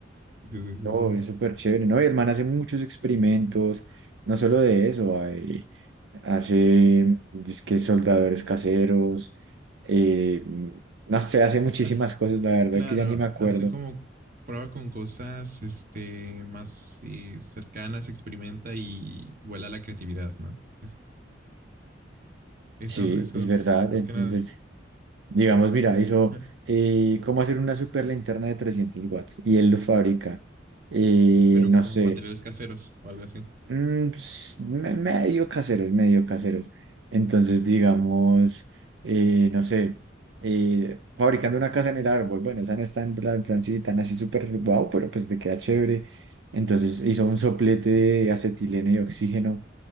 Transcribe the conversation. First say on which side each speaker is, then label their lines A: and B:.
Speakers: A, on the right (about 50°); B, on the right (about 75°).
A: si te soy sincera.
B: No, es súper chévere, ¿no? Y el man hace muchos experimentos, no solo de eso, hay- hace disque soldadores caseros, eh, no sé, hace muchísimas
A: Es, as-
B: cosas, la verdad
A: claro,
B: que ya ni me acuerdo.
A: hace como prueba con cosas este, más eh, cercanas, experimenta y vuela la creatividad, ¿no? Es- Eso,
B: Sí,
A: eso
B: es
A: es
B: verdad.
A: más
B: Entonces,
A: que nada,
B: digamos, mira, hizo
A: eh,
B: eh, cómo hacer una super linterna de 300 watts y él lo fabrica. Eh,
A: pero
B: no
A: con
B: sé,
A: materiales caseros o algo así.
B: Mm, ps, me- medio caseros, medio caseros. Entonces, digamos, eh, no sé, eh, fabricando una casa en el árbol, bueno, esa no está en plan, plan sí, tan así súper guau, pero pues te queda chévere. Entonces hizo un soplete de acetileno y oxígeno,